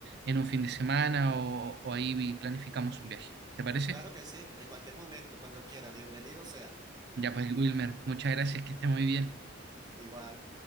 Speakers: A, on the right; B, on the right.
A: en un fin de semana o, o ahí planificamos un viaje. ¿Te parece?
B: Claro que sí, en cualquier momento, cuando quiera, bienvenido sea.
A: Ya pues, Wilmer, muchas gracias, que esté muy bien.
B: Igual.